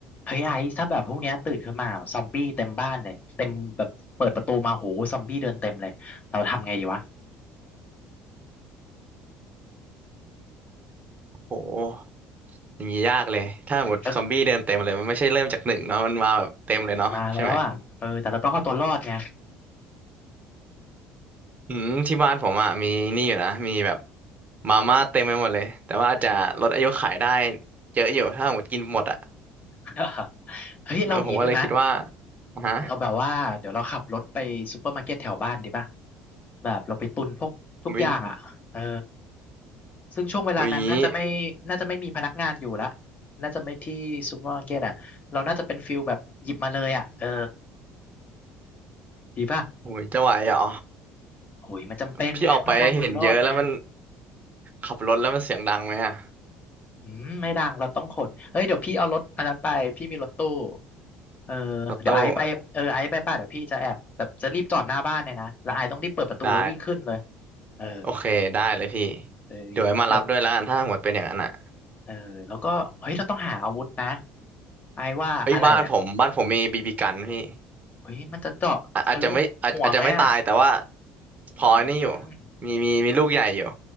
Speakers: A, on the left; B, on the right.
A: เฮ้ยไอซ์ถ้าแบบพวกเนี้ยตื่นขึ้นมาแบบซอมบี้เต็มบ้านเลยเต็มแบบเปิดประตูมาโหซอมบี้เดินเต็มเลยเราทำไงดีวะ
B: โหอย่างนี้ยากเลยถ้าหมดซอมบี้เดินเต็มเลยมันไม่ใช่เริ่มจากหนึ่งเนาะมันมาแบบเต็มเลยเนาะใช่ไหม
A: เออต้องเออมาแล้วอ่ะเออแต่เราต้องเอาตัวรอดไง
B: อืมที่บ้านผมอ่ะมีนี่อยู่นะมีแบบมาม่าเต็มไปหมดเลยแต่ว่าอาจจะลดอายุขายได้
A: เออ
B: เยอะอยู่ถ้าหมดกินหมดอ่ะ
A: <laughs> เฮ้ยเราอย่างนี้ได้ไหมย
B: เออผมก็เลยคิดว่าอ่ะฮะ
A: เราแบบว่าเดี๋ยวเราขับรถไปซูเปอร์มาร์เก็ตแถวบ้านดีป่ะแบบเราไปตุนพวกทุกอย่างอ่ะเออ
B: วิ
A: ซึ่งช่วงเวลานั้นน่าจะไม่น่าจะไม่มีพนักงานอยู่ละ
B: วิอย่างนี้
A: น่าจะไม่ที่ซูเปอร์มาร์เก็ตอ่ะเราน่าจะเป็นฟิลแบบหยิบมาเลยอ่ะเออดีป่ะ
B: โหยจะไหวเหรอ
A: โอ้ยมันจำเป็นไงเพื่อการอยู่รอดเนี่ย
B: พี่ออกไปเห็นเยอะแล้วมันขับรถแล้วมันเสียงดังไหมอ่ะ
A: อืมไม่ดังเราต้องขนเฮ้ยเดี๋ยวพี่เอารถอันนั้นไปพี่มีรถตู้เออเดี๋ยวไอซ์ไปเออไอซ์ไปป่ะเดี๋ยวพี่จะแอบแบบจะรีบจอดหน้าบ้านเลยนะแล้วไอซ์ต้องรีบเปิดประตูแล้ววิ่งขึ้นเลย
B: รถตู้ได้
A: เออ
B: โอเคได้เลยพี่
A: เอ้ยแต่ว่า
B: เดี๋ยวให้มารับด้วยแล้วกันถ้าหมดเป็นอย่างนั้นอ่ะ
A: เออแล้วก็เฮ้ยเราต้องหาอาวุธนะไอซ์ว่าอะไรอ่ะ
B: เฮ้ยบ้านผมบ้านผมมีบีบีกันพี่
A: เฮ้ยมันจะเจาะทะลุหัวไหมอ่ะ
B: อะอาจจะไม่อาจอาจจะไม่ตายแต่ว่าพอนี่อยู่
A: อืม
B: มีมีมีลูกใหญ่อยู่